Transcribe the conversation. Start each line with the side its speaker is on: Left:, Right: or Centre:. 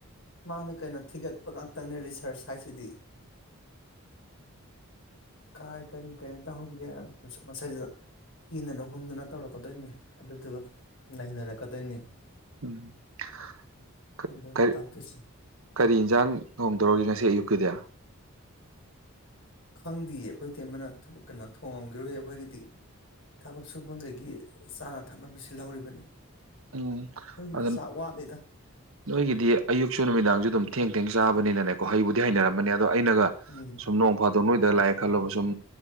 Left: ꯃꯥꯅꯦ ꯀꯩꯅꯣ ꯊꯤꯒꯠꯄ ꯉꯥꯛꯇꯅꯦ ꯔꯤꯁꯔꯁ ꯍꯥꯏꯁꯤꯗꯤ ꯀꯔꯥꯏ ꯀꯔꯤ ꯀꯩꯅꯣ ꯇꯧꯍꯧꯒꯦꯅ ꯃꯁꯩꯁꯤꯗ ꯍꯤꯅꯅ ꯍꯨꯝꯗꯅ ꯇꯧꯔꯛꯀꯗꯣꯏꯅꯤ ꯑꯗꯨꯗꯨꯒ ꯅꯩꯅꯔꯛꯀꯗꯣꯏꯅꯤ
Right: ꯎꯝ <unintelligible>
Left: ꯑꯗꯨꯅꯤ ꯇꯧꯗꯣꯏꯁꯤ
Right: ꯀꯔꯤ ꯏꯟꯖꯥꯡ ꯊꯣꯡꯗꯧꯔꯒꯦ ꯉꯁꯤ ꯑꯌꯨꯛꯀꯤꯗꯤ
Left: ꯈꯪꯗꯦꯌꯦ ꯑꯩꯈꯣꯏ ꯇꯩꯃꯅ ꯀꯩꯅꯣ ꯊꯣꯡꯉꯝꯈꯤꯔꯣꯏ ꯑꯩꯈꯣꯏꯒꯤꯗꯤ ꯊꯕꯛ ꯁꯨꯕꯈꯩꯒꯤ ꯆꯥꯅ ꯊꯛꯅꯕ ꯁꯤꯜꯍꯧꯔꯤꯕꯅꯤ
Right: ꯎꯝ
Left: ꯑꯩꯈꯣꯏꯒꯤꯗꯤ
Right: ꯑꯗꯨꯝ
Left: ꯆꯥꯛ ꯋꯥꯠꯂꯤꯗ
Right: ꯅꯣꯏꯒꯤꯗꯤ ꯑꯌꯨꯛꯁꯨ ꯅꯨꯃꯤꯗꯥꯡꯁꯨ ꯑꯗꯨꯝ ꯊꯦꯡ ꯊꯦꯡ ꯆꯥꯕꯅꯤꯅꯅꯦꯀꯣ ꯍꯩꯕꯨꯗꯤ ꯍꯩꯅꯔꯝꯃꯅꯤ ꯑꯗꯣ ꯑꯩꯅꯒ
Left: ꯎꯝ
Right: ꯁꯨꯝ ꯅꯣꯡ ꯐꯥꯗꯣꯛ ꯅꯣꯏꯗ ꯂꯥꯛꯑꯦ ꯈꯜꯂꯣꯕ ꯁꯨꯝ